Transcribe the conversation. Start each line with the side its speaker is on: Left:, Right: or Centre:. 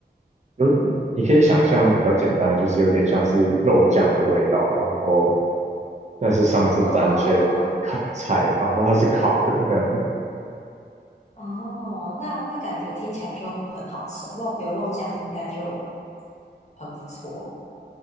Right: 有，你可以想象比较简单的，就是有点像是肉酱的味道，然后但是上面是沾一些烤菜，
Left: 哦
Right: 然后它是烤的这样子。
Left: 哦，那那感觉听起来就很好吃，肉有肉酱应该就很不错